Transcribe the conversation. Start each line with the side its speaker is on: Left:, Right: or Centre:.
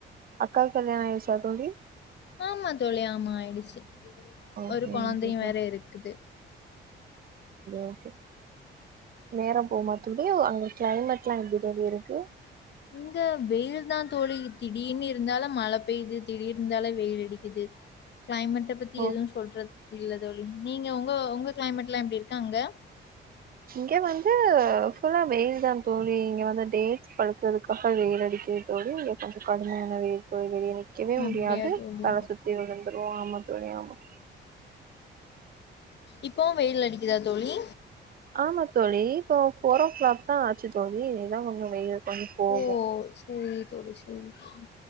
Right: க்க கல்யண ஆயூடிச்சஃதோலழி
Left: ஆமா தோழி ஆமா ஆயிடுச்சு
Right: ஓகே
Left: ஒரு கொழந்தையு
Right: ஓகே கா
Left: வேற இருக்குது
Right: ஓகே <unintelligible> நேரரோ போம தலோ அ கிளைமேட் எல்லாம் எப்டி தோழி இருக்கு
Left: இந்த வெயில் தான் தோழி திடீனு இருந்தாலு மழ பெய்து திடீனுயிருந்தாலு வெயில் அடிக்குது கிளைமேட்டை பத்தி
Right: ஓ
Left: எதுவும் சொல்றது இல்ல தோழி நீங்க உங்க உங்க கிளைமேட் எல்ல எப்டி இருக்கு அங்க
Right: இங்க வந்து புல்லா வெயில் தா தோழி இங்க வந்து டேட் படுக்கறதுக்காக வேறு அடிக்க தோழி இங்க கொஞ்சம் கடுமையானவே க்கவே
Left: அப்டியா
Right: முடியாது
Left: தோழி
Right: தல சுத்தி விழுந்துருவாஆம்மா துழி ஆம்மா
Left: இப்போ வெயில் அடிக்குதா தோழி
Right: ஆமா தோழி இப்போ போரோ ஓ கிளாக் தா ஆச்சு தோழி இதான் கொஞ்சம் வெயில் கொஞ்சோ போகு
Left: ஓ செரி தோழி செரி தோழி